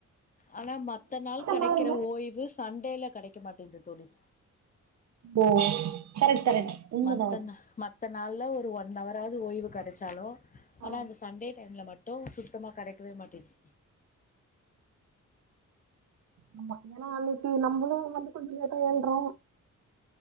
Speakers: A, on the left (about 30°); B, on the right (about 65°).
A: ஆனா மத்த நாள் கெடைக்கிற
B: நாள்ல
A: ஓய்வு சண்டேல கெடைக்க மாட்டிங்குது தோழி
B: ஓ கரெக்ட் கரெக்ட் உண்மதா
A: மத்த
B: அது
A: நா மத்த நாள்ல ஒரு ஒன் அவராது ஓய்வு கெடைச்சாலு
B: ஆ,
A: ஆனா அந்த சண்டே டைம்ல மட்டு சுத்தமா கெடைக்கவே மாட்டேது
B: ஆமா ஏன்னா அன்னைக்கு நம்மளும் வந்து கொஞ்ச ஏதோ ஏல்றோ